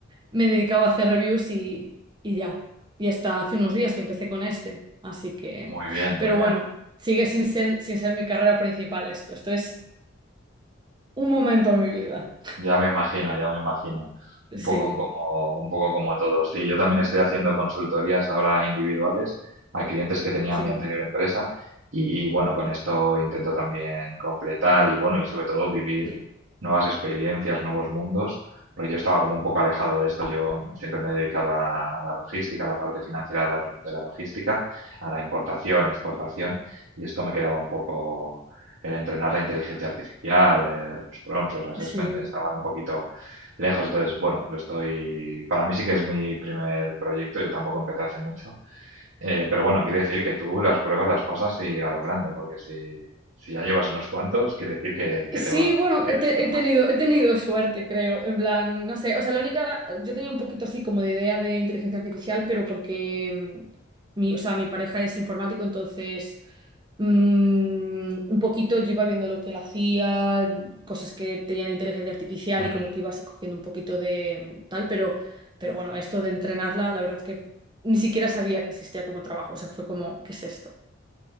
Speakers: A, on the right (about 25°); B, on the right (about 65°).
A: me he dedicado a hacer reviews y, y ya. Y hasta hace unos días que empecé con este. Así que,
B: Muy bien,
A: pero
B: muy bien.
A: bueno, sigue sin ser, sin ser mi carrera principal esto. Esto es un momento en mi vida.
B: Ya me imagino, ya me imagino. Un
A: Sí,
B: poco como, un poco como todos. Sí, yo también estoy haciendo consultorías ahora individuales a clientes que tenía
A: sí,
B: en mi anterior empresa y bueno, con esto intento también completar y bueno, y sobre todo vivir
A: Sí.
B: nuevas experiencias, nuevos mundos, porque yo estaba como un poco alejado de esto. Yo siempre me he dedicado a la logística, a la parte financiera de la, de la logística, a la importación, exportación y esto me quedaba un poco el entrenar la inteligencia artificial, eh, los prompts, los assessment,
A: sí.
B: estaban un poquito lejos. Entonces, bueno, lo estoy. Para mí sí que es mi primer proyecto, yo tampoco empecé hace mucho. Eh, pero bueno, quiere decir que tú las pruebas las pasas y a lo grande, porque si, si ya llevas unos cuantos, quiere decir que, que
A: Sí,
B: te va bien,
A: bueno,
B: que
A: he,
B: eres
A: te-
B: una
A: he
B: máquina.
A: tenido, he tenido suerte, creo. En plan, no sé, o sea, la única, yo tenía un poquito así como de idea de inteligencia artificial, pero porque mm, mi, o sea, mi pareja es informático, entonces mm, un poquito yo iba viendo lo que él hacía, cosas que tenía de inteligencia artificial
B: Ujú.
A: y como que iba así cogiendo un poquito de mm, tal, pero, pero bueno, esto de entrenarla, la verdad es que ni siquiera sabía que existía como trabajo, o sea, fue como, ¿qué es esto?